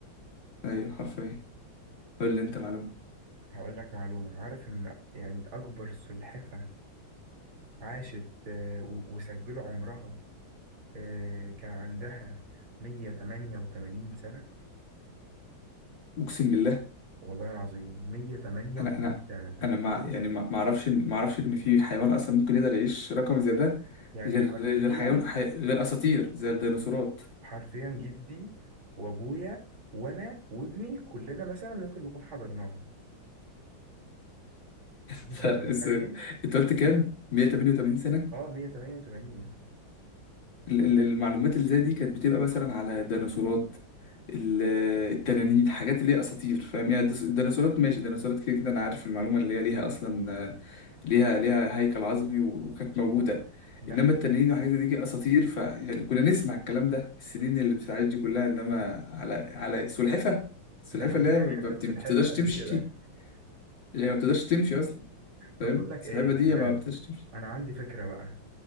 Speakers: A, on the left (about 60°); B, on the right (about 75°).
A: ايوه حرفيا قول لي انت معلومه
B: هقول لك معلومة عارف ان يعني اكبر سلحفة عاشت آه، و- وسجلوا عمرها آه، كان عندها 188 سنة
A: اقسم بالله
B: والله العظيم 188
A: انا انا
B: سنة انت متخيل
A: انا مع يعني ما ما اعرفش إن- ما اعرفش ان في حيوان اصلا ممكن يقدر يعيش رقم زي ده
B: يعني
A: غير
B: حرفيا
A: غير حيوان حي... غير اساطير زي الديناصورات
B: حرفيا جدي وابويا وانا وابني كلنا مثلا ممكن نكون حضرناها انت
A: فرق
B: متخيل
A: السن انت قلت كام 188 سنة
B: اه 188
A: ال- ال- المعلومات اللي زي دي كانت بتبقى مثلا على الديناصورات ال- التنانين حاجات اللي هي اساطير فاهم يعني الدس- الديناصورات ماشي الديناصورات كده كده انا عارف المعلومة اللي هي ليها اصلا آه، ليها ليها هيكل عظمي و- وكانت موجودة
B: لا
A: انما التنانين وحاجات زي دي اساطير فيعني كنا نسمع الكلام ده السنين اللي بتعيش دي كلها انما على على سلحفة السلحفة
B: ده حرفيا
A: اللي هي ما
B: حتة
A: ما بت-
B: سلحفة
A: بتقدرش
B: قد
A: تمشي
B: كده
A: اللي هي ما بتقدرش تمشي اصلا فاهم
B: طب بقول لك
A: السلحفة
B: ايه انا
A: دي ما بتقدرش تمشي
B: انا عندي فكرة بقى